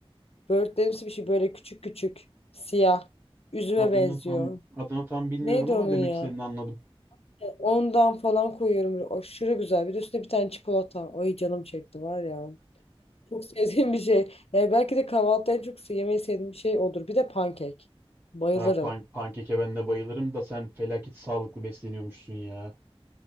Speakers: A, on the left; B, on the right.
A: börtlerimsi bir şey böyle küçük küçük siyah. Üzüme
B: Adını
A: benziyor.
B: tam adını tam bilmiyorum
A: Neydi
B: ama
A: onun
B: demek
A: ya?
B: istediğini anladım.
A: Ondan falan koyuyorum. Böyle aşırı güzel. Bir de üstüne bir tane çikolata. Ay canım çekti var ya. Çok sevdiğim bir şey. Yani belki de kahvaltıda en çok yemeyi sevdiğim bir şey odur. Bir de pankek. Bayılırım.
B: Ha, pan pankeke ben de bayılırım da sen felaket sağlıklı besleniyormuşsun ya.